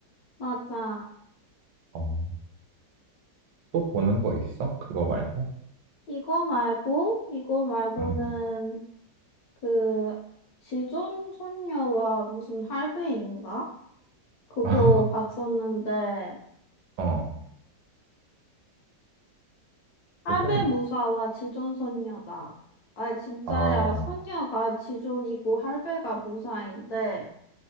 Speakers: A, on the left; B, on the right.
A: 맞아.
B: 어, 또 보는 거 있어? 그거 말고?
A: 이거 말고, 이거 말고는
B: 응.
A: 그 지존 손녀와 무슨 할배인가? 그거
B: <laughs>
A: 봤었는데
B: 어,
A: 할배
B: 그건,
A: 무사와 지존 손녀다. 아 진짜야
B: 아.
A: 손녀가 지존이고 할배가 무사인데